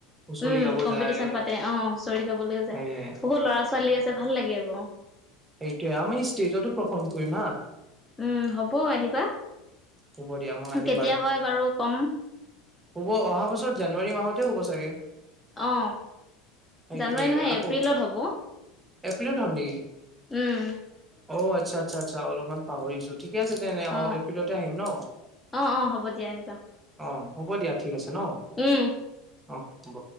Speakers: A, on the right; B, on the left.
A: হুঁচৰি
B: উম
A: গাব
B: কম্পিটিচন
A: যায়
B: পাতে অ হুঁচৰি গাবলৈ।
A: সেয়ে
B: বহুত ল'ৰা ছোৱালী আছে ভাল লাগে আকৌ।
A: এইটোৱেই আমি ষ্টেজতো পাৰফৰ্ম কৰিম হা।
B: উম হ'ব আহিবা।
A: হ'ব দিয়া মই আহিম
B: কেতিয়া হয় বাৰু কম।
A: অ অহা বছৰত জানুৱাৰী মাহতে হ'ব চাগে।
B: অ
A: সেইটোয়ে
B: জানুৱাৰী নহয়
A: আকৌ
B: এপ্ৰিলত হ'ব।
A: এপ্ৰিলত হয় নিকি?
B: উম।
A: অ আচ্ছা আচ্ছা আচ্ছ অলপমান পাহৰিছো ঠিক আছে তেনে
B: অ
A: এপ্ৰিলত। আহিম ন
B: অ', অ', হ'ব দিয়া আহিবা
A: অ হ'ব দিয়া ঠিক আছে। ন
B: উম।
A: অ হব।